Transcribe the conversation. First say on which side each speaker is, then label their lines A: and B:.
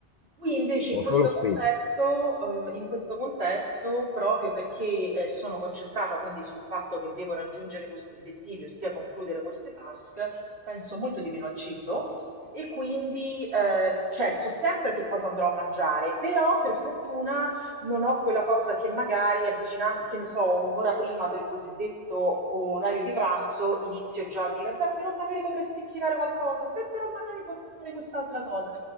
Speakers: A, on the right; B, on the left.
A: Qui invece in
B: ho
A: questo
B: solo
A: contesto,
B: spese.
A: eh, in questo contesto, proprio perché eh, sono concentrata quindi sul fatto che devo raggiungere questi obiettivi, ossia concludere queste task, penso molto di meno al cibo e quindi eh, cioè, so sempre che cosa andrò a mangiare, però per fortuna non ho quella cosa che magari avvicina- che ne so, un'ora prima del cosiddetto orario di pranzo inizio già a dire, beh, però magari potrei spizzicare qualcosa, beh, però magari potrei fare quest'altra cosa.